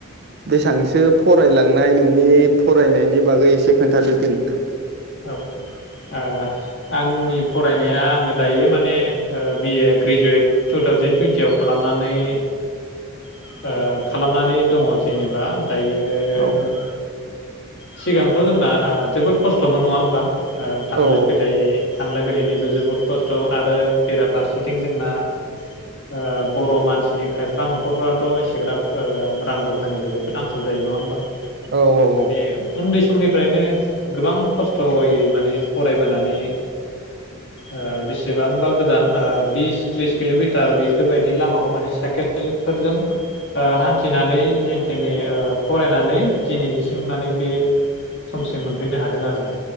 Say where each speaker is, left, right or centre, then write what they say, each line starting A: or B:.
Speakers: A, on the right; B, on the left.
A: बेसेबांसो फरायलांनाय नोंनि फरायनायनि बागै एसे खोन्थादो दे नोंथां
B: औ ओह आंनि फरायनाया आङो दायो माने ओ B A graduate two thousand टुइन्टियाव खालामनानै ओ खालामनानै दङ जेनेबा दायोह
A: औ
B: सिगांथ जोंना ओ जोबोद खस्थमोन नङा होमबा? ओ थांलाय
A: औ
B: फैलाय थांलाय थां फैलायनिबो जोबोद खस्थ आरो बेराफारसेथिं जोंना ओ बर मानसिनि खायफा नखरफ्राथ एसेग्राब ओ रां रुफानिबो जोबोद आंखाल जायो नङा होमबा?
A: औ औ औ
B: माने उन्दै समनिफ्रायनो गोबां खस्थयै माने फरायबोनानै ओ बेसेबांबा गोजान ओ बिस थ्रिस किलमिटार बेफोरबायदि लामाखौ माने साइकेलफोरजों ओ हान्थिनानै जेनथेेनै फरायनानै दिनैसिम माने बे समसिम मोनफैनो हादों आरो आं।